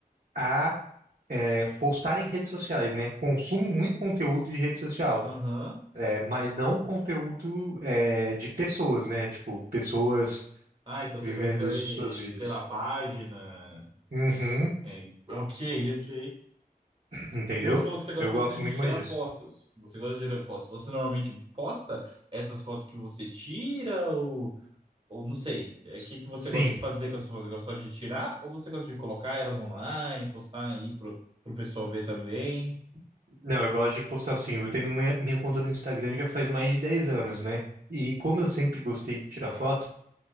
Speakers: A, on the right; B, on the right.
A: a eh, postar em redes sociais, né? Consumo muito conteúdo de rede social,
B: Aham.
A: é, mas não conteúdo é, de pessoas, né? Tipo, pessoas
B: Ah, então você
A: vivendo
B: prefere,
A: suas vidas.
B: sei lá, página.
A: Uhum,
B: É, ok, ok.
A: entendeu?
B: E você falou que você gosta
A: Eu gosto
B: bastante
A: muito
B: de tirar
A: mais disso.
B: fotos. Você gosta de tirar fotos. Você normalmente posta essas fotos que você tira ou, ou não sei. É,
A: S-
B: O que que você
A: Sim,
B: gosta de fazer com essas fotos? Você gosta só de tirar ou você gosta de colocar elas online, postar aí pro, pro pessoal ver também?
A: Não, eu gosto de postar sim. Eu tenho minha, minha conta no Instagram já faz mais de 10 anos, né? E como eu sempre gostei de tirar foto